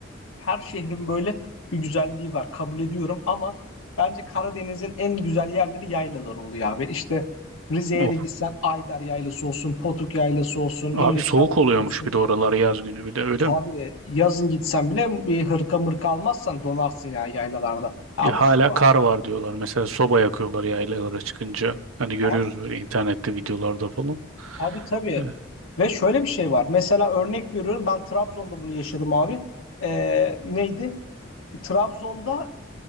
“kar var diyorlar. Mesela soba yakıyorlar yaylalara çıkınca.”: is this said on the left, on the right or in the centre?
Right